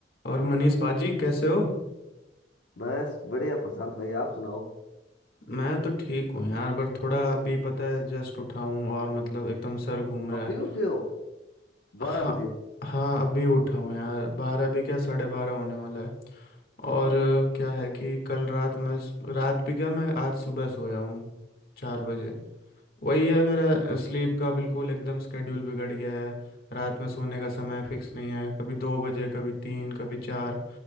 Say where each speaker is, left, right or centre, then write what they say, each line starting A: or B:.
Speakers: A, on the left; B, on the left.
A: और मनीष पाजी कैसे हो
B: बस बढ़िया प्रशांत भाई आप सुनाओ
A: मैं तो ठीक हूँ यार बट थोड़ा अभी पता है जस्ट उठा हूँ और मतलब एकदम सर घूम रहा
B: अभी
A: है
B: उठे हो बिल्कुल बारह
A: हाँ
B: बजे
A: हाँ अभी उठा हूँ यार बारह अभी क्या साढ़े बारह होने वाला है और अ, क्या है कि कल रात मैं रात भी क्या मैं आज सुबह सोया हूँ चार बजे वही है मेरा स्लीप का बिल्कुल एकदम स्केड्यूल बिगड़ गया है रात में सोने का समय फिक्स नहीं है कभी दो बजे कभी तीन कभी चार